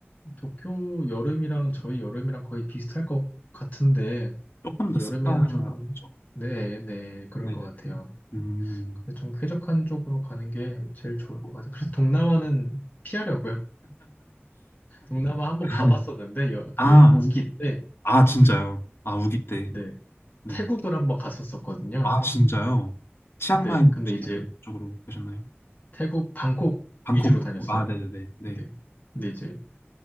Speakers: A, on the left; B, on the left.
A: 도쿄 여름이랑 저희 여름이랑 거의 비슷할 것 같은데,
B: 조금 더
A: 여름에는
B: 습하죠.
A: 조금, 네, 네, 그럴
B: 네네네.
A: 것 같아요.
B: 음,
A: 근데 좀 쾌적한 쪽으로 가는 게 제일 좋을 것 같아요. 그래서 동남아는 피하려고요. 동남아 한 번
B: <laughs>
A: 가봤었는데, 여, 그,
B: 아,
A: 우기 때,
B: 아 진짜요? 아 우기 때,
A: 네,
B: 네,
A: 태국을 한 번 갔었었거든요.
B: 아 진짜요? 치앙마이
A: 네,
B: 혹시
A: 근데 이제
B: 이런 쪽으로 가셨나요?
A: 태국 방콕
B: 방콕,
A: 위주로
B: 방콕.
A: 다녔어요.
B: 아 네네네, 네,
A: 근데, 근데 이제